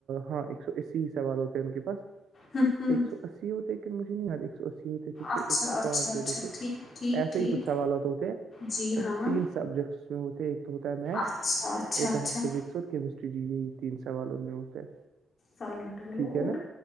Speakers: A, on the right; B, on the left.
A: ہاں ایک سو اسی سوال ہوتے ہیں ان کے پاس ایک
B: ہوں، ہوں،
A: سو اسی ہوتےیک مجھے نہیں یاد ایک سو اسی ہوتے تھے کہ
B: اچھا،
A: ایک سو
B: اچھا،
A: پانچ
B: اچھا،
A: ہوتے تھے
B: ٹھیک، ٹھیک،
A: ایسے
B: ٹھیک،
A: ہی کچھ سوالات ہوتے
B: جی ہاں،
A: تین سو سبجیکٹس میں ہوتے ایک تو ہوتا ہے میتھ
B: اچھا، اچھا،
A: ہوتا
B: اچھا،
A: ہے ف اور کیمسٹریی یہی تین سوال ان میں ہوتے ہیں
B: سالن ڈالو
A: ٹھیک
B: اور
A: ہے نا